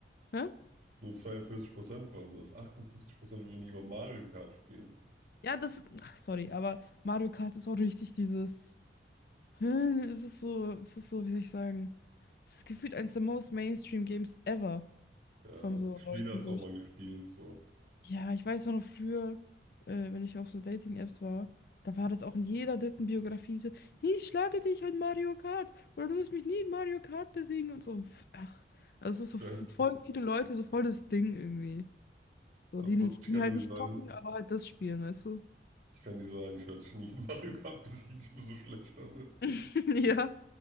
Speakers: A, on the left (about 55°); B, on the right (about 45°).
A: Hä?
B: Nur 42% wollen das. achtundfünfzig Prozent würden lieber Mario Kart spielen.
A: Ja, das. Ach, sorry, aber Mario Kart ist auch richtig dieses. Hä? Es ist so, es ist so, wie soll ich sagen? Es ist gefühlt eines der most Mainstream Games ever
B: Ja,
A: von so Leuten.
B: jeder hat es
A: So.
B: auch mal gespielt, so.
A: Ja, ich weiß auch noch früher, äh, wenn ich auf so Dating-Apps war, da war das auch in jeder dritten Biografie so, ich schlage dich in Mario Kart oder du wirst mich nie in Mario Kart besiegen und so. Ach, also es ist so
B: Stress.
A: f- voll viele Leute, so voll das Ding irgendwie. So,
B: Also
A: die nicht,
B: ich
A: die
B: kann
A: halt
B: dir
A: nicht
B: sagen,
A: zocken, aber halt das spielen, weißt du?
B: ich kann dir sagen, ich werde dich nie in Mario Kart besiegen, ich bin so schlecht darin.
A: <laughs> Ja.